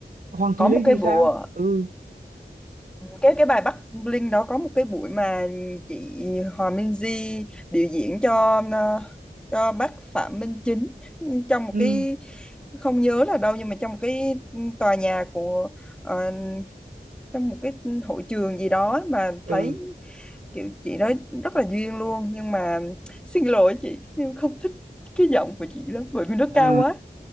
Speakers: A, on the right; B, in the centre.
A: Hoàng
B: có
A: Thùy
B: một
A: Linh
B: cái
A: thì
B: bữa
A: sao? Ừ,
B: cái cái bài Bắc Bling đó có một cái buổi mà chị Hòa minh di biểu diễn cho ờ, cho bác Phạm Minh Chính trong một
A: ừ,
B: cái không nhớ là đâu nhưng mà trong một cái tòa nhà của ờ, trong một cái hội trường gì đó mà
A: ừ.
B: thấy kiểu chị đó rất là duyên luôn nhưng mà xin lỗi chị em không thích cái giọng của chị lắm bởi vì nó
A: À,
B: cao quá